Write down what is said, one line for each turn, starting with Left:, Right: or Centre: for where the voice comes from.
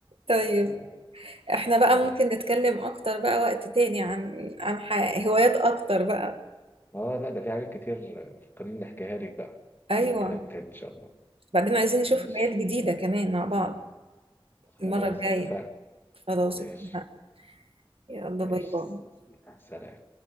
Right: طيب
Left: آه،
Right: احنا بقى
Left: قول.
Right: ممكن نتكلم اكتر بقى وقت تاني عن عن ح- هوايات اكتر بقى
Left: اه لا ده في حاجات كتير آه، فكرني نحكيها لك بقى
Right: ايوه
Left: نيجي نتكلم تاني ان شاء الله
Right: بعدين عايزين نشوف
Left: ماشي
Right: هوايات جديدة كمان مع بعض
Left: خلاص
Right: المرة الجاية
Left: اتفقنا
Right: خلاص
Left: ماشي
Right: اتفقنا يلا
Left: ماشي
Right: باي باي
Left: سلام